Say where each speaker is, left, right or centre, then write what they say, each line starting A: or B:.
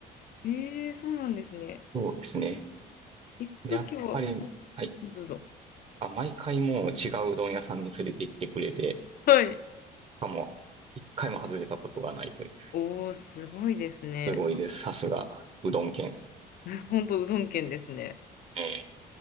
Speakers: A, on the left; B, on the right.
A: ええ、そうなんですね。
B: そうですね。
A: 行くときは、
B: でやっぱり、
A: うん
B: はい
A: どうぞ。
B: あ、毎回もう違ううどん屋さんに連れて行ってくれて、
A: はい。
B: しかも、一回も外れたことがないという。
A: おお、すごいですね。
B: すごいです。さすが、うどん県。
A: <laughs> 本当うどん県ですね。
B: ええ